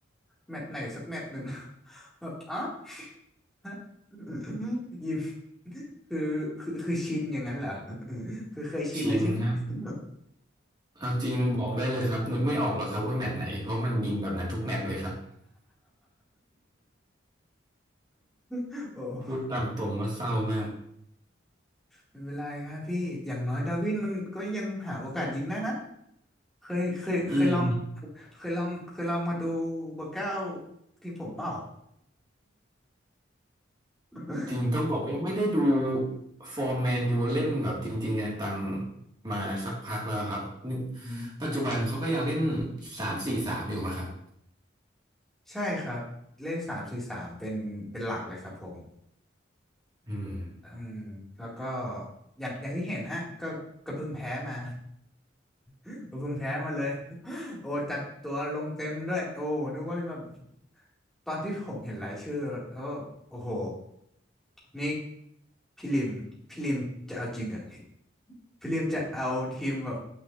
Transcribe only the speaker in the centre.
แมตช์ไหนสักแมตช์หนึ่ง <laughs> แบบอ๋อ <laughs> ยิ้มคือคือคือชินอย่างนั้นเหรอ <laughs> คือเคยชินแล้วใช่ไหม
<laughs>
โอ้
ไม่เป็นไรครับพี่อย่างน้อยดาร์วินมันก็ยังหาโอกาสยิงได้นะเคยเคยเคยลอง
เคยลองเคยลองมาดูเบอร์เก้าทีมผมเปล่า <laughs>
อืม
ใช่ครับเล่นสามสี่สามเป็นเป็นหลักเลยครับผม
อืมแล้วก็อย่างอย่างที่เห็นฮะก็ก็เพิ่งแพ้มา <laughs> ก็เพิ่งแพ้มาเลย <laughs> โอ้จัดตัวลงเต็มด้วยโอ้นึกว่าแบบตอนที่ผมเห็นรายชื่อแล้วก็โอ้โหนี่พี่ลิมพี่ลิมจะเอาจริงเหรอพี่ลิมจะเอาทีมแบบ